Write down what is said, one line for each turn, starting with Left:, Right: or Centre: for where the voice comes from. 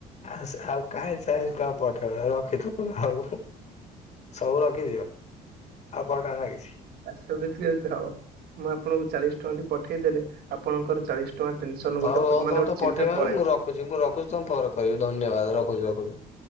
Left: ଆଉସ୍ ଆଉ କାହିଁ ଚାଳିଶ ଟଙ୍କା ପଠେଇବ ରଖିଥିବ ଆଉ ସବୁ ରଖିଦିଅ। ଆଉ ବଢାନା କିଛି।
Right: ଏମିତି କେମିତି ହବ। ମୁଁ ଆପଣଙ୍କୁ ଚାଳିଶ ଟଙ୍କା ଟି ପଠେଇଦେଲେ। ଆପଣଙ୍କର ଚାଳିଶ ଟଙ୍କା ଟେନସନ
Left: ହଉ
Right: ଗୋଟେ
Left: ହଉ
Right: ମାନେ
Left: ତମେ
Right: ଗୋଟେ
Left: ତ ପଠେଇବନି।
Right: ଚିନ୍ତା ପଳେଇବ
Left: ମୁଁ ରଖୁଛି ମୁଁ ରଖୁଛି ତମକୁ ପରେ କରିବି। ଧନ୍ୟବାଦ ରଖୁଛି ରଖୁଛିୁ। <inaudible>